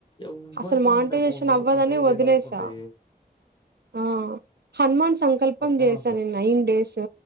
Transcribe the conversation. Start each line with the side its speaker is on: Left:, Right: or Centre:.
Left: ఎవ్వరికైనా
Right: అసలు మోనిటసైషన్
Left: ఉంటాయి. ఇప్పుడు ఉన్నోళ్ళకుంటాయి,
Right: అవ్వదనే వదిలేసా
Left: లేనోళ్ళకుంటాయి.
Right: ఆ హనుమాన్ సంకల్పం
Left: ఎవరికైనా
Right: చేశా
Left: ఉంటాయి.
Right: నేను నైన్ డేస్